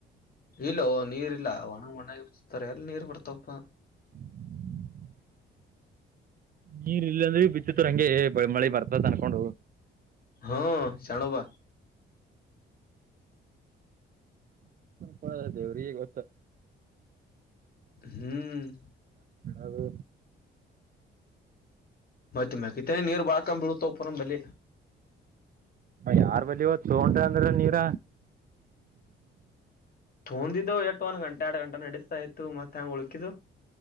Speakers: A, on the left; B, on the right.
A: ಇಲ್ಲೋ ನೀರ್ ಇಲ್ಲ ಒಣ ಒಣಗತಾರೆ ಎಲ್ಲ ನೀರ್ ಬರ್ತಪ್ಪ
B: <inaudible> ನೀರ್ ಇಲ್ಲ ಅಂದ್ರೆ ಬಿತ್ತಿತ್ತುರು ಹಂಗೆ ಮಳೆ ಬರ್ತ ಅನ್ಕೊಂಡು
A: ಹ್ಮ ಶಾಣವಾ
B: ಹ ದೇವ್ರಿಗೆ ಗತ್ತ
A: ಹ್ಮ್
B: ಅದು
A: ಮತ್ತ ಮಕ ಇತ್ತನೆ ನೀರು ಬಾಕ ಬಿಳತ ಪರ ಬಲಿ
B: ಯಾರ್ ಬಳಿಯ ತಗೊಂಡ್ರಿ ಅಂದ್ರ ನೀರ
A: ತೊಂದಿದ್ದವು ಎಟ್ಟು ಒಂದ್ ಗಂಟೆ ಎರಡ್ ಗಂಟೆ ನಡೀತಾ ಇತ್ತು ಮತ್ತೆ ಹೆಂಗ ಉಳಕಿದ್ದು